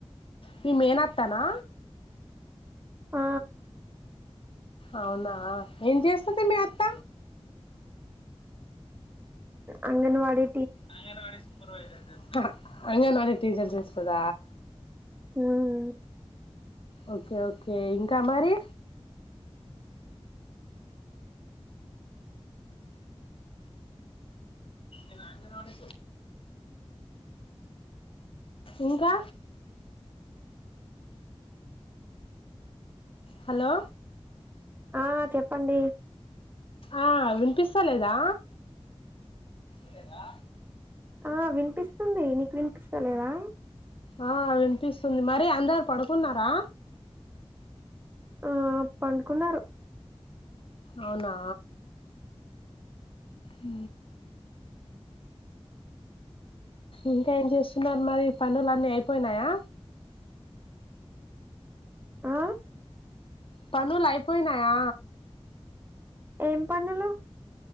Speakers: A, on the left; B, on the right.
A: మీ మేనత్తనా
B: ఆ
A: అవునా ఏం చేస్తది మీ అత్త
B: అంగన్వాడి
A: ఆంగణవాడిీ సపర్వాైజర్ చేస్త అంగన్వాడి టీచర్ చేస్తాద
B: ఉమ్
A: ఓకే ఓకే ఇంకా మరి న ఇంకా హలో
B: ఆ చెప్పండి
A: ఆ వినిపిస్తా లేదా లేదా
B: ఆ వినిపిస్తుంది నీకు వినిపిస్తా లేదా
A: ఆ వినిపిస్తుంది మరి అందరు పడుకున్నారా
B: ఆ పండుకున్నారు
A: అవునా అ ఇంకా ఏం చేస్తున్నారు మరి పనులు అన్నీ అయిపోయినాయా
B: ఆ
A: పనులు అయిపోయినాయా
B: ఏం పనులు